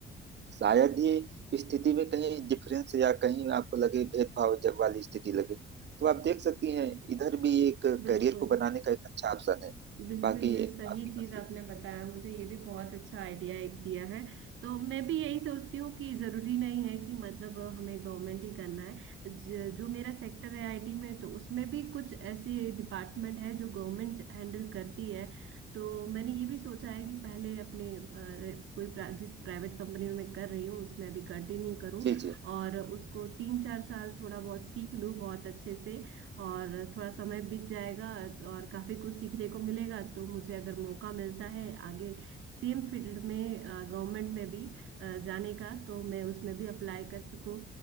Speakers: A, on the right; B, on the right.
A: शायद ही स्थिति में कहीं डिफरेंस या कहीं आपको लगे भेदभाव जब वाली स्थिति लगे तो आप देख सकती हैं इधर भी एक
B: बिल्कुल
A: करियर को बनाने का एक अच्छा ऑप्शन है
B: बिल्कुल
A: बाकी
B: ये
A: आपकी
B: सही चीज
A: मर्जी
B: आपने बताया मुझे ये भी बहुत अच्छा आइडिया एक दिया है तो मैं भी यही सोचती हूँ कि जरूरी नहीं है कि मतलब हमें गवर्नमेंट ही करना है ज- जो मेरा सेक्टर है आईटी में तो उसमें भी कुछ ऐसे डिपार्टमेंट है जो गवर्नमेंट हैंडल करती है तो मैंने ये भी सोचा है कि पहले अपने अ, कोई प्रा, जिस प्राइवेट कंपनी में मैं कर रही हूँ उसमें अभी कंटिन्यू करूँ
A: जी जी
B: और उसको तीन चार साल थोड़ा बहुत सीख लूँ बहुत अच्छे से और थोड़ा समय बीत जाएगा तो- और काफी कुछ सीखने को मिलेगा तो मुझे अगर मौका मिलता है आगे सेम फील्ड में गवर्नमेंट में भी अ, जाने का तो मैं उसमें भी अप्लाई कर सकूं